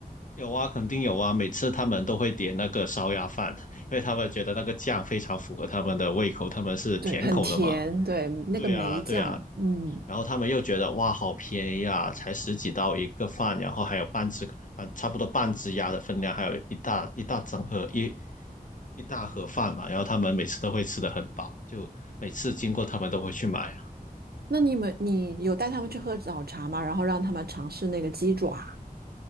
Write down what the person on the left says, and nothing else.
有啊，肯定有啊。每次他们都会点那个烧鸭饭，因为他们觉得那个酱非常符合他们的胃口，他们是甜口的嘛。
对啊，对啊。
然后他们又觉得哇，好便宜啊，才十几刀一个饭，然后还有半只，半差不多半只鸭的分量，还有一大一大整盒一一大盒饭嘛。然后他们每次都会吃的很饱，就每次经过他们都会去买。